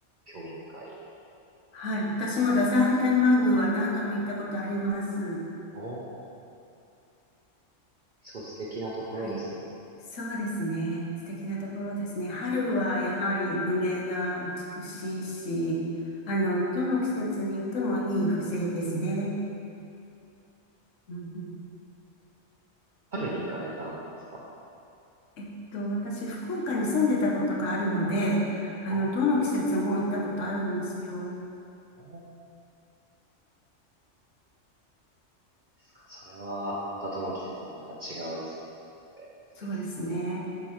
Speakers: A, on the right (about 50°); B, on the left (about 85°).
A: 興味深い。
B: はい。私も太宰府天満宮は何度も行ったことあります。
A: おー、すごい素敵なところですよね。
B: はい。そうですね。素敵なところですね。春はやはり梅が美しいし、あの、どの季節に行ってもいい風情ですね。うんうん
A: 春に行かれたんですか
B: えっと、私、福岡に住んでたことがあるので、あの、
A: あ、
B: どの季節も行ったことあるんですよ。
A: おーですか。それは、またどの季節もまた違う良さになって素敵そう。
B: そうですね。